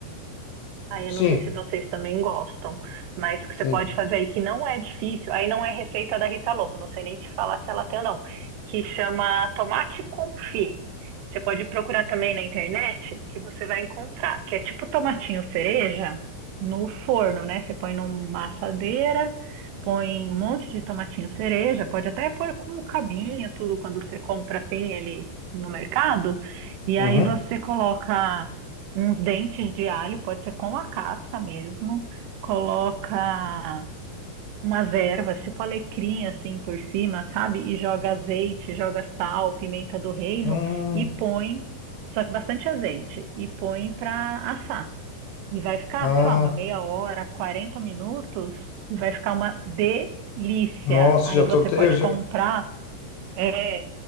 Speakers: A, on the right; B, on the left.
A: Aí
B: Sim,
A: eu não sei se vocês também gostam, mas que
B: sim.
A: você pode fazer aí que não é difícil. Aí não é receita da Rita Lobo, não sei nem te falar se ela tem ou não. Que chama tomate confit. Você pode procurar também na internet, que você vai encontrar, que é tipo tomatinho cereja no forno, né? Você põe numa assadeira, põe um monte de tomatinho cereja, pode até pôr com o cabinho, tudo, quando você compra assim ele no mercado, e
B: Uhum.
A: aí você coloca uns dentes de alho, pode ser com a casca mesmo, coloca umas ervas, tipo alecrim assim por cima, sabe? E joga azeite, joga sal, pimenta do reino
B: Hum,
A: e põe, só que bastante azeite, e põe para assar. E vai ficar,
B: ah,
A: sei lá, uma meia hora, 40 minutos, e vai ficar uma delícia.
B: nossa,
A: Aí
B: já tô
A: você
B: até,
A: pode
B: eu já,
A: comprar é,